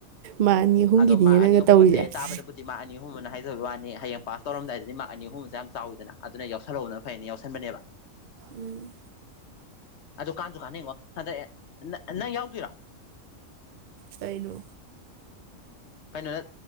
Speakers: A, on the right (about 65°); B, on the left (about 55°).
A: ꯃꯥ ꯑꯅꯤ ꯑꯍꯨꯝꯒꯤꯅꯤꯅꯦ
B: ꯑꯗꯣ ꯃ
A: ꯅꯪꯅ
B: ꯑꯅꯤ ꯑꯍꯨꯝ
A: ꯇꯧꯔꯤꯁꯦ
B: ꯑꯁꯦ ꯇꯥꯕꯗꯕꯨꯗꯤ ꯃꯥ ꯑꯅꯤ ꯑꯍꯨꯝꯅ ꯍꯥꯏ ꯕ ꯋꯥꯅꯤ ꯍꯌꯦꯡ ꯄꯥꯁ ꯇꯧꯔꯝꯗꯥꯏꯗꯗꯤ ꯃꯥꯔ ꯑꯅꯤ ꯑꯍꯨꯝ ꯑꯃꯁꯨ ꯌꯥꯝ ꯆꯥꯎꯋꯤꯗꯅ ꯑꯗꯨꯅ ꯌꯥꯎꯁꯜꯍꯧꯕꯕꯅ ꯐꯩꯅ ꯌꯥꯎꯁꯟꯕꯅꯦꯕ
A: ꯎꯝ
B: ꯑꯗꯨ ꯀꯥꯟꯁꯨ ꯀꯥꯟꯅꯤꯡꯩꯉꯣ ꯍꯟꯗꯛ ꯅꯪ ꯌꯥꯎꯗꯣꯏꯔꯥ
A: ꯇꯅ
B: ꯀꯩꯅꯣꯗ